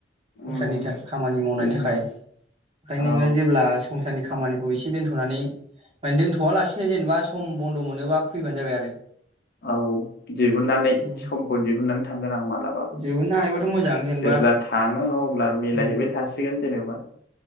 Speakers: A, on the right; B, on the left.
A: संसारनि
B: उम
A: थाखाय खामानि मावनायनि
B: बेनो
A: थाखाय ओंखायनो
B: औ
A: नोङो जेब्ला संसार <unintelligible> खामानिखौ एसे दोनथनानै माने दोनथआलासिनो जेनेबा सम बन्द मोनोबा फैबानो जाबाय आरो
B: औ <unintelligible> समखौ
A: उम
B: दिहुननानै थांगोन आं मालाबो
A: दिहुननो हायोबाथ' मोजां जेनेबा
B: जेब्ला थाङो अब्ला मिलायहैबाय
A: उम
B: थासिगोन जेनेबा